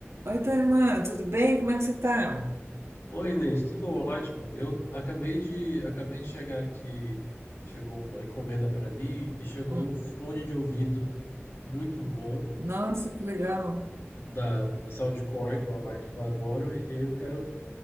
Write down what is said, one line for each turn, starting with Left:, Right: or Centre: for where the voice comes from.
Right: Oi, tua irmã, tudo bem? Como é que você tá?
Left: Oi, Inês, tudo ótimo. Eu acabei de, acabei de chegar aqui, chegou uma encomenda para mim e chegou
Right: Hum.
Left: um fone de ouvido muito bom
Right: Nossa, que legal.
Left: da, da Soundcore, que é uma marca que eu adoro, e eu quero